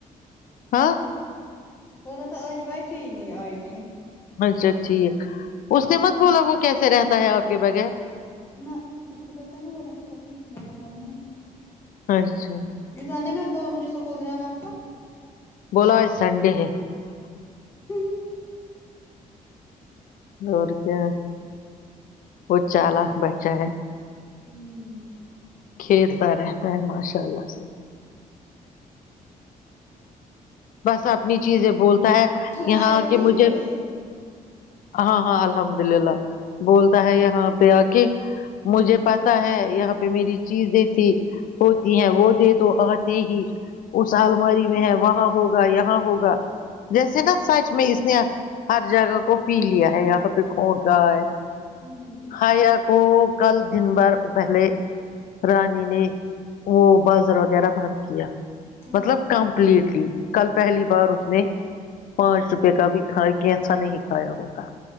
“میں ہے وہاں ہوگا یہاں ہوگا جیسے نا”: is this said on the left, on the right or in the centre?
Left